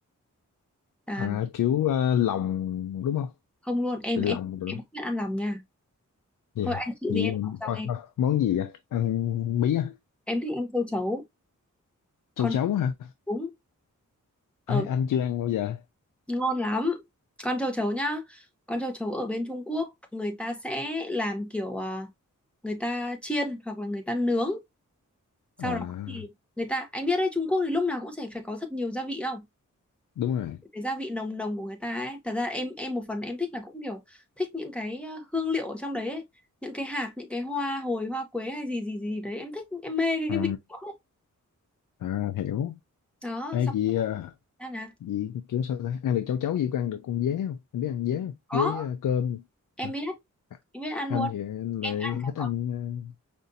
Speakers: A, in the centre; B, on the left.
A: à
B: à, kiểu à, lòng đúng không
A: không luôn em
B: vịt
A: em
B: lòng rồi
A: em
B: đúng
A: không biết ăn lòng nha
B: dạ
A: thôi anh chịu
B: vậy
A: đi em không sao
B: thôi
A: nghe
B: thôi món gì vậy ăn bí à
A: em thích ăn châu chấu con
B: châu chấu hả
A: đúng
B: ấy
A: ở
B: anh chưa ăn bao giờ
A: ngon lắm con châu chấu nhá con châu chấu ở bên Trung Quốc người ta sẽ làm kiểu à, người ta chiên hoặc là người ta nướng sau
B: à
A: đó thì người ta anh biết đấy Trung Quốc thì lúc nào cũng sẽ phải có thật nhiều gia vị không
B: đúng rồi
A: cái gia vị nồng nồng của người ta ấy thật ra em em một phần em thích là cũng kiểu thích những cái ờ, hương liệu ở trong đấy ấy. những cái hạt những cái hoa hồi hoa quế hay gì gì gì đấy em thích em mê cái
B: à,
A: cái vị đó ấy.
B: à, hiểu
A: đó
B: Ê,
A: xong
B: vậy à,
A: ra là
B: Vậy kiểu sao ta? Ăn được cháo cháo vậy có ăn được con dế không? Em biết ăn dế không?
A: có
B: Dế ờ, cơm.
A: em
B: Hả?
A: biết
B: À,
A: em biết ăn
B: anh
A: luôn
B: thì anh
A: em
B: lại
A: ăn cả
B: thích
A: con
B: ăn ờ,